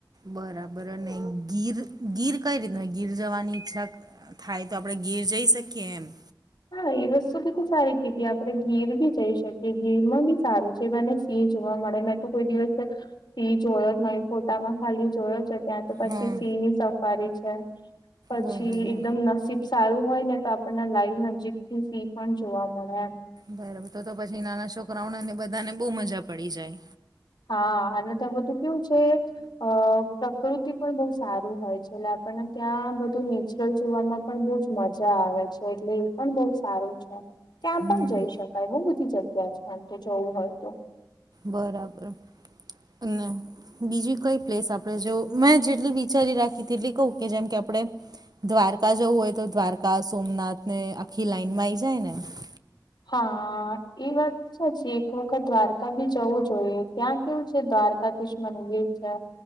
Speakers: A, on the right; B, on the left.
A: બરાબર ને ગીર ગીર કઈ રીતના ગીર જવાની ઈચ્છા થાય તો આપણે ગીર જઈ શકીએ એમ.
B: હા એ વસ્તુ બીધી સારી કીધી આપડણે ગીર બી જઈ શકીએ ગીરમાં બી સારું છે એ બાને ની જોવા મળે, મે તો કોઈ દિવસ તી જોયો જ નહીં, ફોટામાં ખાલી જોયો છે ત્યાંથી તો પછી
A: હા
B: સિંહ ની સફારી છે. પછી
A: બરાબર
B: એકદમ નસીબ સારું હોય ને તો આપણને લાઈવ નજીક થી સિંહ પણ જોવા મળે એમ.
A: બરાબર. તો-તો પછી નાના છોકરાઓને ને બધાને બહુ મજા પડી જાય.
B: હા અને ત્યા બધું કેવ છે? અ પ્રકૃતિ પણ બહુ સારું હોય છે. એટલે આપણને ત્યાં બધું નેચરલ જોવામાં પણ બહુજ મજા આવે છે. એટલે એ પણ બહુ સારું છે. ત્યાં
A: હમ
B: પણ જઈ શકાય બહુ બધી જગ્યા છે. આમ તો જોવું હોય તો.
A: બરાબર અને બીજી કઈ પ્લેસ આપણે જેવ મેં જેટલી વિચારી રાખી તેટલી કહું કે જેમ કે આપણે દ્વારકા જવું હોય તો દ્વારકા સોમનાથ ને આખી લાઈનમાં આવી જાય ને.
B: હા. એ વાત <unintelligible> એક વખત દ્વારકા બી જવું જોઈએ, ત્યાં કેવું છે દ્વારકાધીશ મંદિર છે.